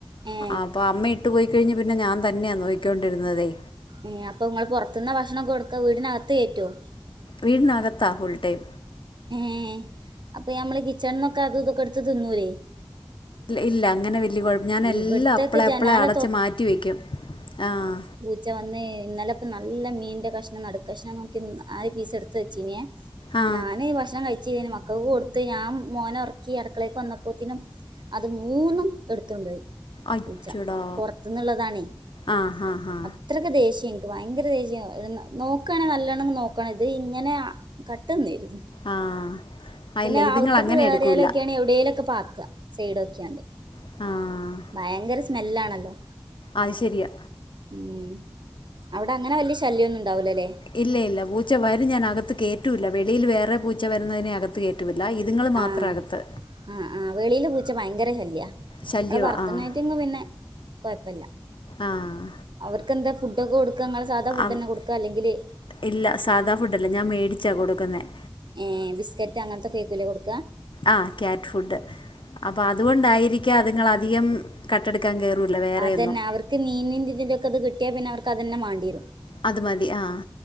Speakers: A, on the right; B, on the left.
A: ഏ
B: ആഹ് അപ്പൊ അമ്മ ഇട്ടു പോയിക്കഴിഞ്ഞ് പിന്നെ ഞാൻ തന്നെയാ നോയിക്കോണ്ടിരുന്നതെ
A: ഏഹ് അപ്പൊ നിങ്ങൾ പുറത്തുന്ന് ഭക്ഷണം കൊടുക്ക വീടിനകത്ത് കയറ്റുവോ
B: വീട്ടിനകത്താഫുൾടൈം
A: ഏഹ് അപ്പൊ മ്മളെ കിച്ചണ്ന്നൊക്കെ അത്തൊക്കെടുത്ത് തിന്നൂല്ലേ
B: ഇല്ല അങ്ങനെ വലിയ കുഴപ്പ ഞാനെല്ലാം
A: ഇവിടത്തൊക്കെ
B: അപ്പളെ
A: ജനാല
B: അപ്പളെ അടച്ച് മാറ്റിവയ്ക്കും ആഹ്
A: ചച്ച വന്ന് ഇന്നലെ ഇപ്പ നല്ല മീന്റെ കഷ്ണം നടുഷ്ണം നമുക്ക് ആര് പീസ് എടുത്ത വെച്ചീനേ
B: ആ
A: ഞാന് ഈ ഭക്ഷണം കഴിച്ച മക്കൾ കൊടുത്ത് ഞാൻ മോന ഉറക്കി അടക്കളേക്ക് വന്നപ്പോത്തിനും അത് മൂന്നും എടു
B: അച്ചോടാ
A: പൂച്ച പുറത്തുന്നുള്ളതാണേ
B: ആ ഹാ ഹാ
A: ഇത്രൊക്കെ ദേഷ്യം എനിക്ക് ഭയങ്കര ദേഷ്യയ നോക്കുയാണെങ്ക നല്ലണ്ണം നോക്കണ ഇത് ഇങ്ങനെ കട്ടന്നരുന്നു
B: ആ ആ
A: പിന്നെ
B: ഇല്ല ഇതുങ്ങൾ
A: ഔത്ത്ക്ക്
B: അങ്ങനെ
A: കേറിയാലൊക്കെയാണ്
B: എടുക്കില്ല
A: എവിടേലൊക്കെ പാത്തുക ചെയ്ഡൊക്കെയുണ്ട്
B: ആഹ്
A: ഭയങ്കര സ്മെല്ലാണല്ലോ
B: അത് ശരിയാ
A: ഉം അവിടെ അങ്ങനെ വലിയ ശല്യംമൊന്നും ഉണ്ടാവൂലലേ
B: ഇല്ല ഇല്ല പൂച്ച വരും, ഞാൻ അകത്ത് കയറ്റൂല്ല വെളിയിൽ വേറെ പൂച്ച വരുന്നതിനെ അകത്ത് കയറ്റും പറ്റില്ല ഇതുങ്ങൾ മാത്രം
A: ആഹ്
B: അകത്ത്
A: ആഹ് ആഹ് വെളിയിൽ പൂച്ച ഭയങ്കര ശല്യാ നമ്മള്
B: ശല്യമാണ്
A: വളർത്തുന്നേയിട്ട്ങ്ള്
B: ആ
A: പിന്നെ കുഴപ്പമില്ല
B: ആഹ്
A: അവർക്ക് എന്താ ഫുഡൊക്കെ കൊടുക്ക നിങ്ങള്, സാധാ ഫുഡ്
B: അവ-
A: തന്നെ കൊടുക്കുക അല്ലെങ്കില്
B: ഇല്ല സാധാ ഫുഡ് അല്ല ഞാൻ മേടിച്ചാണ് കൊടുക്കുന്നത്.
A: ഏഹ് ബിസ്ക്കറ്റ് അങ്ങനത്തെ കേക്കല്ല കൊടുക്കുക.
B: ആഹ് കേക്ക് ഫുഡ്, അപ്പൊ അതുകൊണ്ടായിരിക്കാം അതുങ്ങള് അധികം കട്ടെടുക്കാൻ കയറില്ല, വേറെയൊന്നും
A: അതന്നെ അവർക്ക് മീനീന്റെ ഇതൊക്കെ അത് കിട്ടിയാൽ പിന്നെ അവർക്കു അതന്നെ വേണ്ടി വരും.
B: അത് മതി ആഹ്